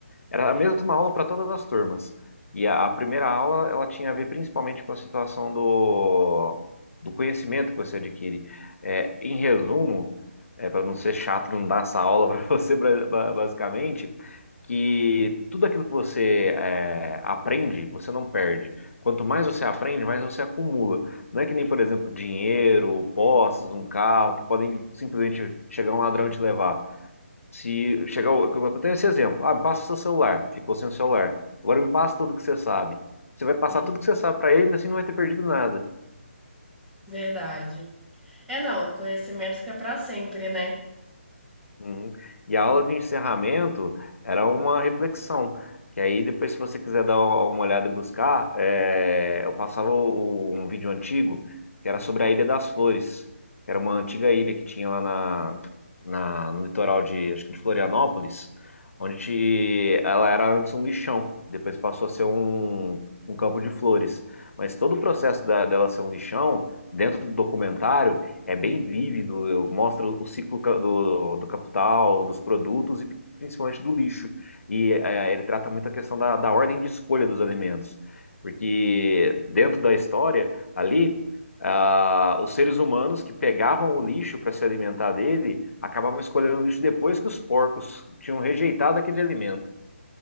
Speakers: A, on the left; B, in the centre.
A: Era a mesma aula para todas as turmas. E a, a primeira aula, ela tinha a ver principalmente com a situação do, do conhecimento que você adquire. É, em resumo, para não ser chato, não dar essa aula <laughs> para você, bra- ba- basicamente, que tudo aquilo que você é, aprende, você não perde. Quanto mais você aprende, mais você acumula. Não é que nem, por exemplo, dinheiro, posses, um carro, que podem simplesmente chegar um ladrão e te levar. Se chegar, o- eu tenho esse exemplo. Ah, me passa seu celular. Ficou sem o celular. Agora me passa tudo que você sabe. Você vai passar
B: Sim,
A: tudo que você sabe para ele, e assim não vai ter perdido nada.
B: verdade. É, não, conhecimento fica pra sempre, né?
A: Uhum. E a aula de encerramento era uma reflexão, que aí depois, se você quiser dar uma olhada e buscar, é, eu passava o- um vídeo antigo que era sobre a Ilha das Flores, que era uma antiga ilha que tinha lá na, na- no litoral de, acho que de Florianópolis, onde te- ela era antes um lixão, depois passou a ser um, um campo de flores. Mas todo o processo da- dela ser um lixão, dentro do documentário, é bem vívido, eu mostro o ciclo ca- do, do capital, dos produtos e principalmente do lixo. E eh, ele trata muito a questão da, da ordem de escolha dos alimentos, porque dentro da história, ali, ah, os seres humanos que pegavam o lixo para se alimentar dele acabavam escolhendo o lixo depois que os porcos tinham rejeitado aquele alimento.